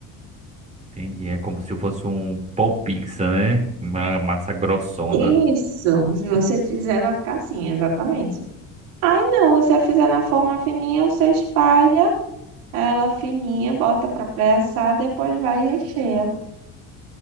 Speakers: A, on the right; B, on the right.
A: entendi. É como se fosse um pão pizza, né? Uma massa grossona.
B: Isso, se você fizer, vai ficar assim, exatamente. Aí não, você fizer na forma fininha, você espalha ela fininha, bota pra pré-assar, depois vai e recheia.